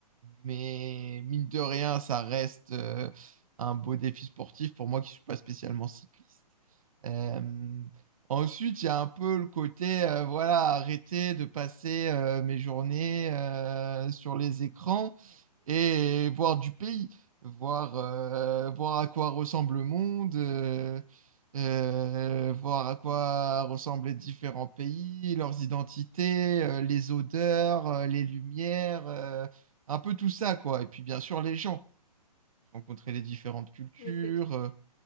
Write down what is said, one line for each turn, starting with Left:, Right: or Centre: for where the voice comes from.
Right: mais mine de rien, ça reste euh, un beau défi sportif pour moi qui suis pas spécialement cycliste. Euh, ensuite, il y a un peu le côté, euh, voilà, arrêter de passer euh, mes journées euh, sur les écrans et voir du pays, voir, euh, voir à quoi ressemble le monde. euh, euh, voir à quoi ressemblent les différents pays, leurs identités, euh, les odeurs, euh, les lumières, euh, un peu tout ça, quoi. Et puis bien sûr les gens, rencontrer les différentes cultures.
Left: Mais c'est trop,
Right: euh.